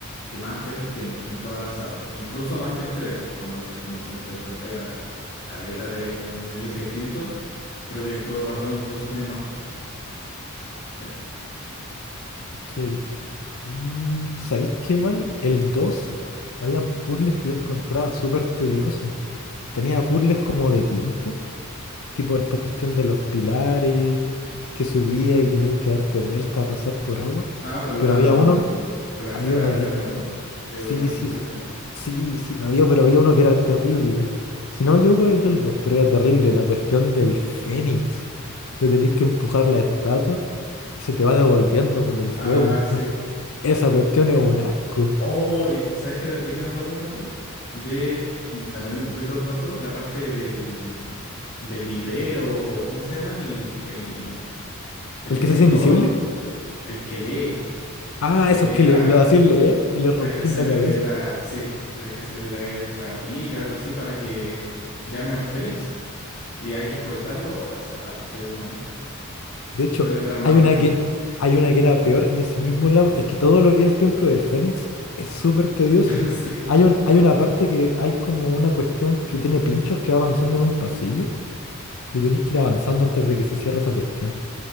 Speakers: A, on the left; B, on the left.
A: que más jefes tiene en toda la saga. Incluso más que el 3 cuando uno se te enfrenta a caleta de, de dioses distintos. Creo que el God of War 2 incluso tiene más. sí.
B: Es que el- Mm, ¿sabéis qué? Igual el 2 habían puzzles que yo encontraba súper tediosos. Tenía puzzles como de tiempo, tipo esta cuestión de los pilares que subía y tenías que darte vuelta a pasar por agua.
A: Ah, con
B: Pero
A: la,
B: había uno,
A: mm, con la
B: había
A: esfera
B: uno que.
A: verde, ¿no? Que
B: Sí,
A: ralentiza
B: sí,
A: el tiempo. sí.
B: sí, sí, había, pero había uno que era terrible. Si no me equivoco, es del 2 pero era terrible. La cuestión del Fénix, de tenéis que empujar la estatua y se te va devolviendo con el fuego.
A: Ah, sí.
B: <laughs> No sé, Esa cuestión es un asco.
A: Oh, y ¿sabes qué, de qué me acordé también? De, mm, también del God of War 2, la parte del, del librero, o ¿cómo se llama? El, el, el
B: ¿El
A: escritor,
B: que se hace invisible?
A: el que lee,
B: Ah,
A: el que
B: esos
A: lee
B: que
A: la...
B: le, lo hacían
A: le-
B: leer y le rompí
A: hay que hacerle
B: la cabeza.
A: leer la... Sí, hay que hacerle leer la Biblia, algo así, para que llame al Fénix, y hay que escoltarlo. Oh, esa parte, oh,
B: De hecho,
A: creo que es de las más
B: hay
A: tediosas.
B: una que, hay una que era peor en ese mismo lado. Es que todo lo que es el templo del Fénix es súper tedioso.
A: <laughs> Sí.
B: Hay un, hay una parte que hay como una cuestión que tiene pinchos que va avanzando en un pasillo. tú tenés que ir avanzando antes de que se cierre esa cuestión.